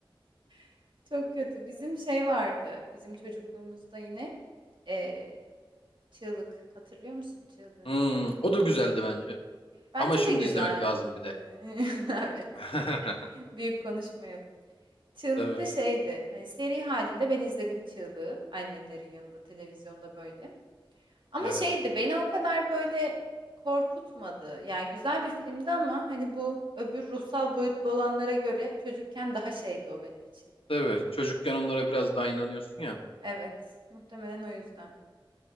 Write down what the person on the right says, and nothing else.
<laughs> Çok kötü. Bizim şey vardı. Bizim çocukluğumuzda yine e, çığlık. Hatırlıyor musun çığlığı?
Bence
de güzeldi.
<laughs> Evet.
Büyük konuşmayalım. Çığlık
da şeydi. Hani seri halinde ben izledim çığlığı. Annemlerin yanında televizyonda böyle. Ama
şeydi beni o kadar böyle korkutmadı. Yani güzel bir filmdi ama hani bu öbür ruhsal boyutlu olanlara göre çocukken daha şeydi o benim için.
Evet, muhtemelen o yüzden.